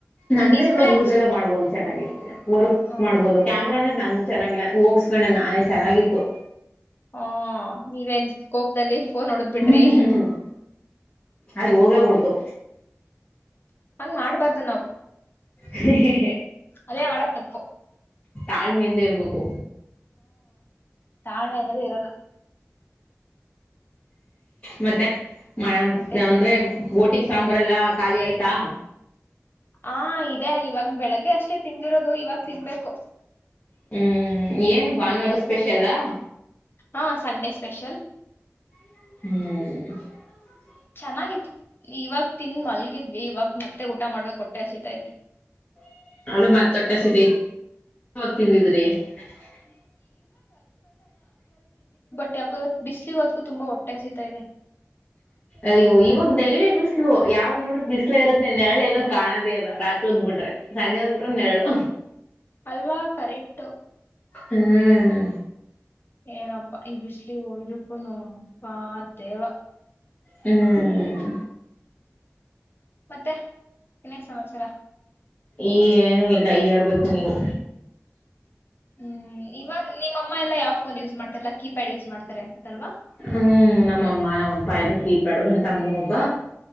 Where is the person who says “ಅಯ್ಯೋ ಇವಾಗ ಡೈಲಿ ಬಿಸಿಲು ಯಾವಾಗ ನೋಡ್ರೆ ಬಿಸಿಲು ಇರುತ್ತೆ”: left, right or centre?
Left